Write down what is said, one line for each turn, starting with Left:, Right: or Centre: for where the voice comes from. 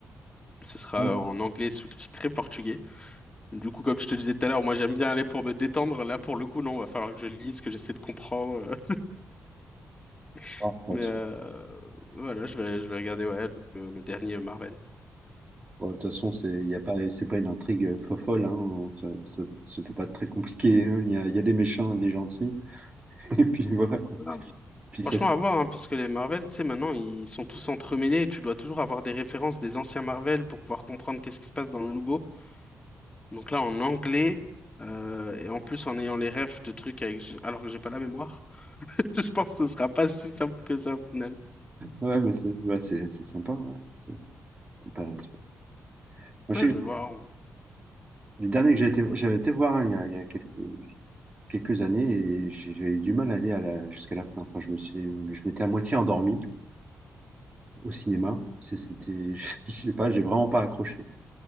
Left: Ce sera
Right: Ah oui.
Left: en anglais sous-titré portugais. Du coup, comme je te disais tout à l'heure, moi j'aime bien aller pour me détendre. Là, pour le coup, non, va falloir que je lise, que j'essaie de comprendre. <laughs>
Right: Ah, De toute
Left: Mais
Right: façon,
Left: euh, voilà, je vais, je vais regarder ouais, le, le dernier Marvel.
Right: bon, de toute façon, c'est il y a pas, c'est pas une intrigue euh, fofolle, hein. Ça, ça, ça peut pas être très compliqué. hein. Il y a, il y a des méchants, et des gentils, <laughs> et puis voilà, quoi.
Left: Ah,
Right: Puis ça,
Left: Franchement,
Right: se-
Left: à voir, hein, parce que les Marvel, tu sais, maintenant, ils sont tous entremêlés et tu dois toujours avoir des références des anciens Marvel pour pouvoir comprendre qu'est-ce qui se passe dans le nouveau. Donc là, en anglais, euh, et en plus en ayant les refs de trucs avec... alors que j'ai pas la mémoire, <laughs> je pense que ce sera pas si simple que ça au final.
Right: ouais, mais c'est bah, c'est c'est sympa. ouais. C'est c'est pas, c'est pas- Moi, je
Left: Ouais,
Right: sais
Left: je
Right: que
Left: vais voir.
Right: le dernier que j'ai été, j'avais été voir hein, il y a, il y a quelques quelques années et j'ai j'ai eu du mal à aller à la- jusqu'à la fin. Enfin, je me suis, je m'étais à moitié endormi au cinéma. C'est- C'était, <laughs> je sais pas, j'ai vraiment pas accroché.